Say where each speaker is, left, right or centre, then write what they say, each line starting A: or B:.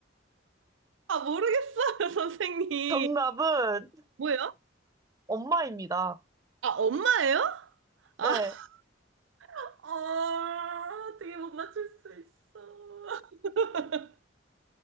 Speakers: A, on the right (about 80°); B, on the right (about 20°).
A: 아, 모르겠어요, <laughs> 선생님.
B: 정답은
A: 뭐예요?
B: 엄마입니다.
A: 아, 엄마예요? 아,
B: 네.
A: <laughs> 어, 어떻게 못 맞출 수 있어. <laughs>